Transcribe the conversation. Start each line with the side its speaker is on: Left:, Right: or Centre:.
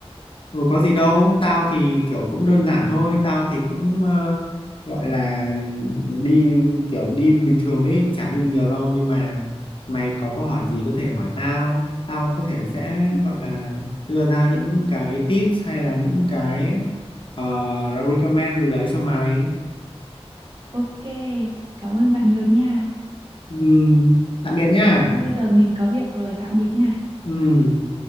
Left: Ừ, có gì đâu, tao thì kiểu cũng đơn giản thôi, tao thì cũng ờ, gọi là đi kiểu đi bình thường ấy, chả đi nhiều đâu nhưng mà mày có câu hỏi gì có thể hỏi tao, tao có thể sẽ
Right: Ừ,
Left: gọi là đưa ra những cái tips hay là những cái ờ, recommend gì đấy cho mày.
Right: Ok, cảm ơn bạn nhiều nha.
Left: Ừ, tạm biệt nhá.
Right: Thôi bây giờ mình có việc rồi, tạm biệt nha.
Left: Ừ.